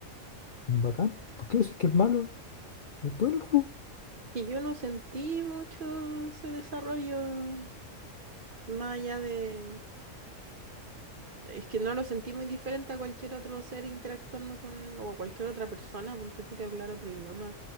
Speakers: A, on the left; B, on the right.
A: bacán. ¿Por qué decir que es malo? Es bueno el juego.
B: Y yo no sentí mucho ese desarrollo más allá de... Es que no lo sentí muy diferente a cualquier otro ser interactuando con, o a cualquier otra persona, ponte tú que hablar otro idioma,